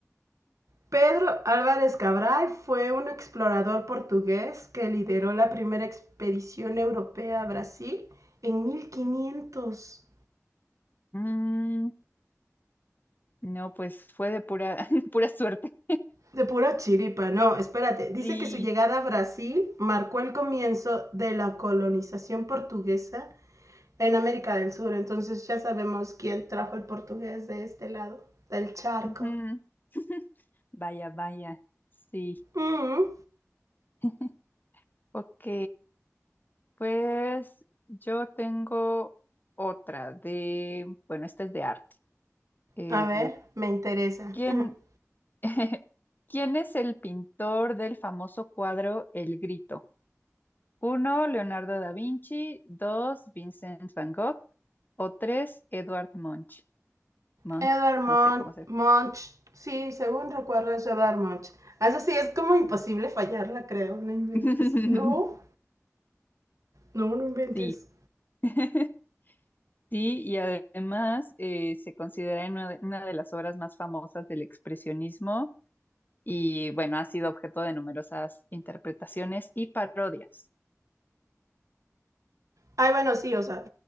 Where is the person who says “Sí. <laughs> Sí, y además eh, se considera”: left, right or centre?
Left